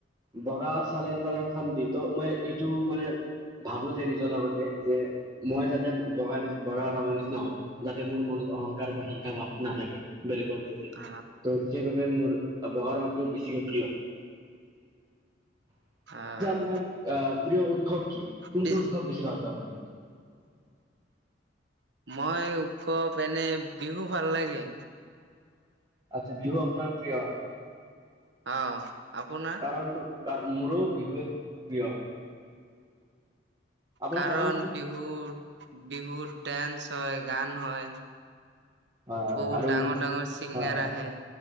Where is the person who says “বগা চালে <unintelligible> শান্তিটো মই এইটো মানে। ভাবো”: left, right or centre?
Right